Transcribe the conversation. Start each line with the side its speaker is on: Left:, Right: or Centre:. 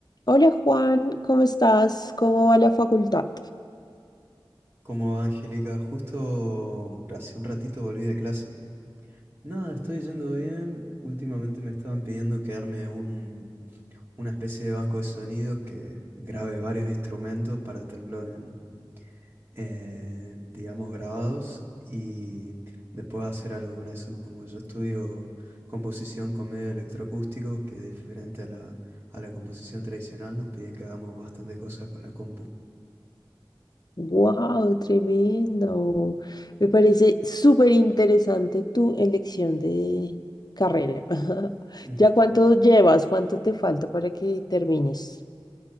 Left: Hola Juan, ¿cómo estás? ¿Cómo va la facultad?
Right: Cómo va, Angélica, justo hace un ratito volví de clases. Nada, estoy yendo bien. Últimamente me estaban pidiendo que arme un, una especie de banco de sonidos que grabe varios instrumentos para tenerlo en, eh, digamos, grabados y después hacer algo con eso. Como yo estudio composición con medios electroacústicos, que es diferente a la, a la composición tradicional, nos piden que hagamos bastantes cosas con la compu.
Left: ¡Wow! Tremendo. Me parece súper interesante tu elección de carrera. <laughs>
Right: <laughs>
Left: ¿Ya cuánto llevas? ¿Cuánto te falta para que termines?